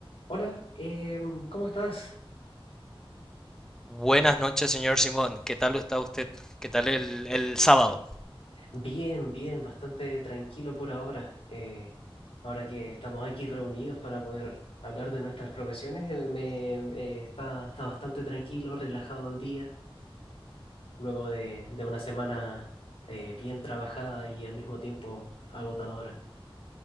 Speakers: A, on the left; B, in the centre.
A: Hola, em, ¿cómo estás?
B: Buenas noches, señor Simón. ¿Qué tal está usted? ¿Qué tal el, el sábado?
A: Bien, bien, bastante tranquilo por ahora. eh, ahora que estamos aquí reunidos para poder hablar de nuestras profesiones, eh, me, eh, está, está bastante tranquilo, relajado el día, luego de, de una semana eh, bien trabajada y al mismo tiempo agotadora.